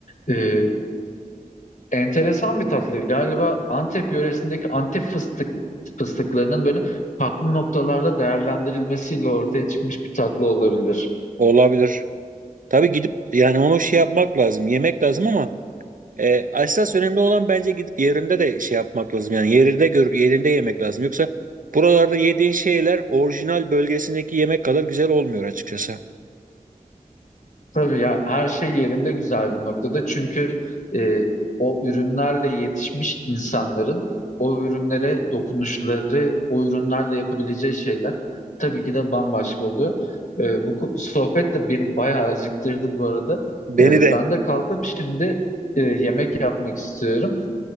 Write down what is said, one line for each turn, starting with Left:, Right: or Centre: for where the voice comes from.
Left: Ee, enteresan bir tatlı. Galiba Antep yöresindeki Antep fıstık fıstıklarının böyle farklı noktalarda değerlendirilmesiyle ortaya çıkmış bir tatlı olabilir.
Right: Olabilir. Tabii gidip yani onu şey yapmak lazım, yemek lazım ama e, esas önemli olan bence gidip yerinde de şey yapmak lazım. Yani yerinde görüp yerinde yemek lazım. Yoksa buralarda yediğin şeyler orijinal bölgesindeki yemek kadar güzel olmuyor açıkçası.
Left: Tabii ya her şey yerinde güzel bir noktada. Çünkü e, o ürünlerle yetişmiş insanların o ürünlere dokunuşları, o ürünlerle yapabileceği şeyler tabii ki de bambaşka oluyor. E, bu ku- sohbet de beni bayağı acıktırdı bu arada.
Right: Beni
Left: E,
Right: de.
Left: ben de kalkıp şimdi e, yemek yapmak istiyorum.